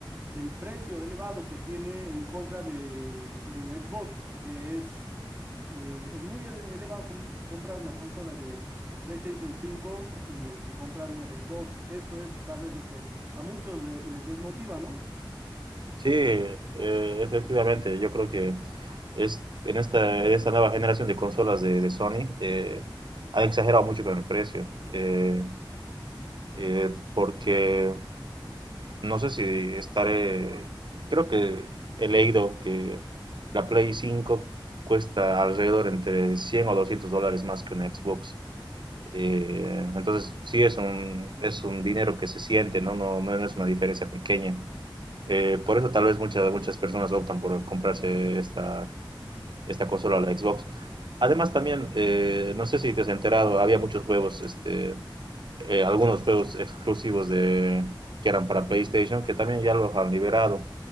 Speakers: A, on the right; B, on the right.
A: el precio elevado que tiene en contra de, de un Xbox, que es, eh, es muy ele- elevado com- comprar una consola de PlayStation cinco eh, que comprar una de Xbox. Eso es tal vez lo que a muchos le- les desmotiva, ¿no?
B: Sí, eh, efectivamente, yo creo que es, en esta, en esta nueva generación de consolas de, de Sony eh, han exagerado mucho con el precio, eh, eh, porque no sé si estaré, creo que he leído que la Play 5 cuesta alrededor entre 100 o 200 dólares más que una Xbox. Eh, entonces, sí, es un, es un dinero que se siente, ¿no? No, no, no es una diferencia pequeña. Eh, por eso tal vez muchas, muchas personas optan por comprarse esta, esta consola, la Xbox. Además también, eh, no sé si te has enterado, había muchos juegos este, eh, algunos juegos exclusivos de, que eran para PlayStation, que también ya los han liberado